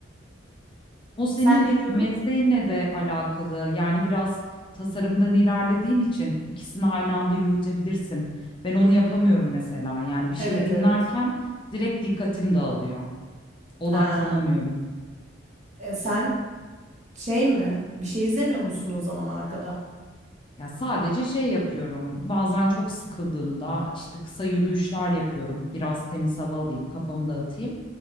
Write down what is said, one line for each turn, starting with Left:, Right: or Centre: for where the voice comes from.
Left: o senin
Right: Sen ne diyordun?
Left: mesleğinle de alakalı. Yani biraz tasarımdan ilerlediğin için ikisini aynı anda yürütebilirsin. Ben onu
Right: Hı hı.
Left: yapamıyorum mesela. Yani bir
Right: Evet
Left: şey dinlerken
Right: evet.
Left: direkt dikkatim dağılıyor. Odaklanamıyorum.
Right: Ha. E, sen şey mi? Bir şey izlemiyor musun o zaman arkada?
Left: Ya sadece şey yapıyorum. Bazen çok sıkıldığımda işte kısa yürüyüşler yapıyorum. Biraz temiz hava alayım, kafamı dağıtayım.